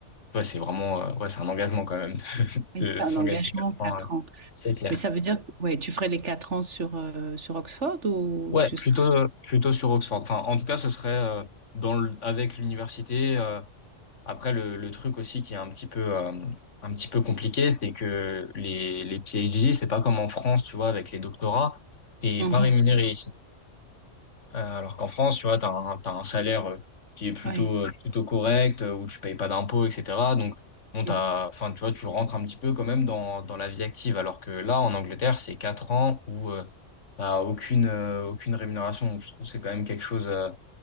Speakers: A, on the left; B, on the right.
A: ouais c'est vraiment euh, ouais c'est un engagement quand même <laughs>
B: Et
A: de,
B: c'est
A: de s'engager
B: un engagement,
A: quatre
B: quatre
A: ans euh,
B: ans.
A: c'est clair.
B: Mais ça veut dire que ouais, tu ferais les quatre ans sur, euh, sur Oxford ou
A: Ouais,
B: tu
A: plutôt
B: serais.
A: plutôt sur Oxford. Enfin, en tout cas, ce serait euh, dans le, avec l'université. euh, Après, le, le truc aussi qui est un petit peu, euh, un petit peu compliqué, c'est que les, les PhD, c'est pas comme en France, tu vois, avec les doctorats, t'es
B: Mhm.
A: pas rémunéré ici. Euh, alors qu'en France, tu vois, t'as un, t'as un salaire euh, qui est plutôt,
B: Ouais.
A: euh, plutôt correct, euh, où tu payes pas d'impôts, etc. Donc, bon, t'as,
B: Ouais.
A: enfin, tu vois, tu rentres un petit peu quand même dans, dans la vie active. Alors que là, en Angleterre, c'est 4 ans où euh, t'as aucune, euh, aucune rémunération. Donc, je trouve que c'est quand même quelque chose. euh,